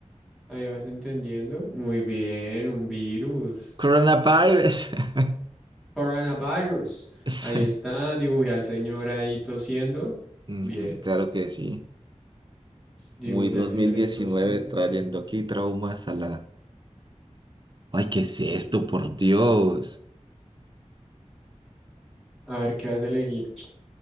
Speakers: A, in the centre; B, on the right (about 40°).
A: Ahí vas entendiendo. Muy bien, un virus.
B: Coronavirus. <laughs>
A: Coronavirus.
B: Sí.
A: Ahí está. Dibujé al señor ahí tosiendo.
B: Ujú,
A: Bien.
B: Claro que sí.
A: Dibujé
B: Muy dos
A: al señor
B: mil diecinueve
A: ahí tosiendo.
B: trayendo aquí traumas a la... Ay, ¿qué es esto?
A: Y
B: Por Dios.
A: A ver qué vas a elegir.